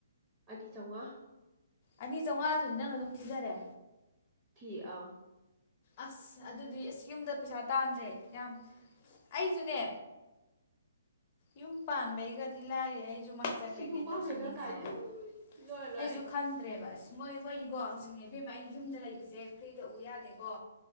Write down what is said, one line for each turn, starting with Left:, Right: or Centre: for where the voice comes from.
Right: ꯑꯅꯤ ꯆꯧꯉꯥ
Left: ꯑꯅꯤ ꯆꯥꯧꯉꯥꯗꯨꯗꯤ ꯅꯪꯅ ꯑꯗꯨꯝ ꯊꯤꯖꯔꯦ
Right: ꯊꯤ ꯑꯥ
Left: ꯑꯁ ꯑꯗꯨꯗꯤ ꯑꯁ ꯌꯨꯝꯗ ꯄꯩꯁꯥ ꯇꯥꯟꯗ꯭ꯔꯦ ꯌꯥꯝ ꯑꯩꯁꯨꯅꯦ ꯌꯨꯝ ꯄꯥꯟꯕꯩꯒꯗꯤ ꯂꯥꯏꯔꯤ ꯑꯩꯁꯨ ꯃꯥꯁꯇꯔ
Right: ꯁꯤ
Left: ꯀꯩꯀꯩ
Right: ꯌꯨꯝ ꯄꯥꯟꯕꯩꯒ
Left: ꯇꯧꯁꯤꯟꯅꯤꯡꯉꯛ
Right: ꯀꯥꯏꯗꯩ
Left: ꯑꯕ
Right: ꯎꯝ ꯂꯣꯏꯔꯦ ꯂꯣꯏꯔꯦ
Left: ꯑꯩꯁꯨ
Right: ꯑꯩ
Left: ꯈꯟꯗ꯭ꯔꯦꯕ ꯑꯁ ꯃꯣꯏ ꯃꯣꯏꯗꯤꯀꯣ ꯍꯧꯖꯤꯛꯅꯦ ꯢꯕꯦꯝꯃꯥ ꯑꯩꯒꯤ ꯌꯨꯝꯗ ꯂꯩꯕꯁꯦ ꯐ꯭ꯔꯤꯗ ꯎ ꯌꯥꯗꯦꯀꯣ